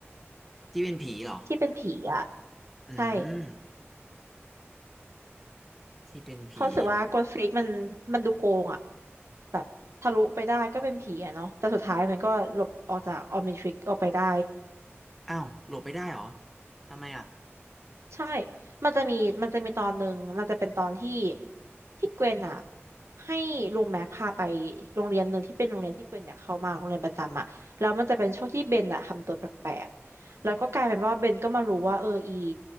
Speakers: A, in the centre; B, on the right (about 80°).
A: ที่เป็นผีเหรอ
B: ที่เป็นผีอะ
A: อืม
B: ใช่
A: ที่เป็นผี
B: เพราะรู้สึกว่าโกดฟรีกมันมันดูโกงอะ แบบทะลุไปได้ก็เป็นผีอะเนาะแต่สุดท้ายมันก็หลบออกจากออมนิทริกออกไปได้
A: อ้าวโหลบไปได้เหรอทำไมอ่ะ
B: ใช่มันจะมีมันจะมีตอนหนึ่งมันจะเป็นตอนที่ที่เกวนอะให้ลุงแม็กพาไปโรงเรียนหนึ่งที่เป็นโรงเรียนที่เกวนอยากเข้ามากโรงเรียนประจำอะแล้วมันจะเป็นช่วงที่เบนอะทำตัวแปลกๆแล้วก็กลายเป็นว่าเบนก็มารู้ว่าเอออี